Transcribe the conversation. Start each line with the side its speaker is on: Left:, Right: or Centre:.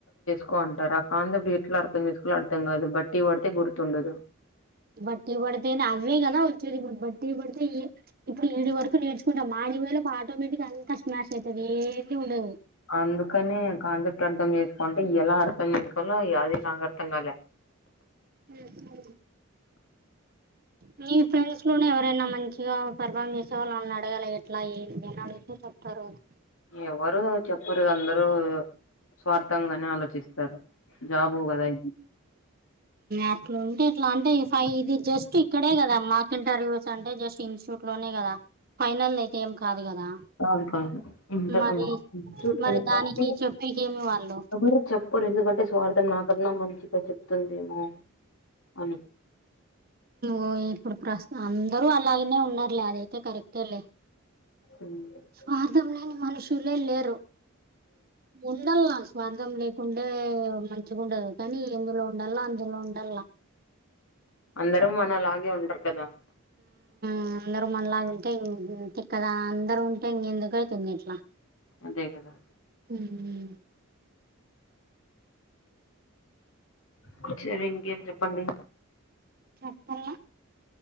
Left: కోంటారాక్క అందరు <unintelligible> ఎట్లా అర్థం చేసుకోవాలో అర్థం కాదు, బట్టి కోడితే గుర్తుండదు.
Right: బట్టి పడితేనే అవ్వే కదా వచ్చేది ఇప్పుడు, బట్టి కోడితే ఏ ఇప్పుడు ఇడివరకే వరకు నేర్చుకున్న మా నీ వల్ల <unintelligible> ఆటోమేటిక్ అంత స్మాష్ అయితాది ఏవి ఉండదు.
Left: అందుకనే కాన్సెప్ట్ అర్థం చేసుకుంటే, ఎలా అర్థం చేసుకోవాలో అది నాకు అర్థం కాలే.
Right: గెస్ హు మీ ఫ్రెండ్స్ లోనే ఎవరన్న మంచిగా, పర్ఫామ్ చేసేవాళ్ళుని అడగాలే ఎట్లా ఏందీ అని అడిగితే తప్ తారునే
Left: ఎవరు చెప్పరు, అందరు స్వార్థంగానే ఆలోచిస్తారు. జాబు గదై
Right: అట్లుంటే ఇట్లా అంటే ఈ ఫైవ్ ఇది జస్ట్ ఇక్కడే కదా, మాక్ ఇంటర్వ్యూస్ అంటే జస్ట్ ఇన్స్ ఇంట్లోనే కదా, ఫైనల్ అయితే ఏం కాదు కదా.
Left: కాదు కాదు ఇంట్ల
Right: మరి
Left: మా <unintelligible>
Right: మరి దానికి చెప్పేకేమి వాళ్ళు
Left: చెప్ప <unintelligible> ఎందుకంటే స్వార్థం, నాకన్నా మంచిగా చెప్తుందేమో అని, అని
Right: ఓ ఇప్పుడు ప్రస్త్ అందరూ అలాగనే ఉన్నారులే, అదైతే కరెక్టే లే.
Left: ఉమ్.
Right: స్వార్థం లేని మనుషులే లేరు. ఉండల్నా స్వార్థం లేకుండ మంచిగుండదు, కానీ ఎందులో ఉండాల్నో అందులో ఉండాల్నా.
Left: అందరు మనలాగే ఉండర్ కదా.
Right: ఉమ్ అందరు మనలాగుంటే ఇన్ ఇంతే కదా, అందరు ఉంటే ఇంగ ఎందుకు అయితుంది ఇట్లా.
Left: అదే గదా
Right: ఉమ్మ్
Left: కూర్చోరి ఇంకేం చెప్పండి.
Right: చెప్పాల